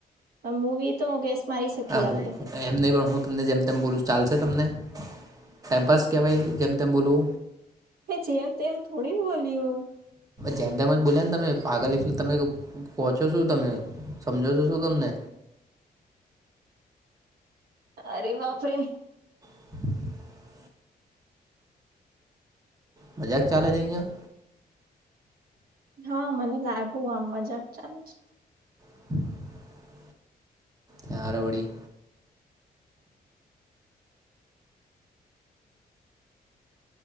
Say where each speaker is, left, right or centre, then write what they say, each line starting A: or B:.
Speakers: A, on the right; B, on the right.
A: મૂવી તો હું ગેસ મારી શકીએ
B: હ
A: આપડે
B: હું એમ નહીં પણ હું તમને જેમ તેમ બોલું ચાલશે તમને ટાઈમપાસ કહેવાય જેમ તેમ બોલવુ.
A: હે જેમ તેમ થોડી બોલ્યું
B: જેમ તેમ જ બોલ્યા ને તમે પાગલ એટલે તમે પહોંચો શું તમે સમજો છો શું તમને
A: અરે બાપ રે.
B: <inaudible> મજાક ચાલે છે અહીંયા.
A: હા મને લાગુ આમ મજાક ચાલુ છે.
B: <inaudible> તારે વડી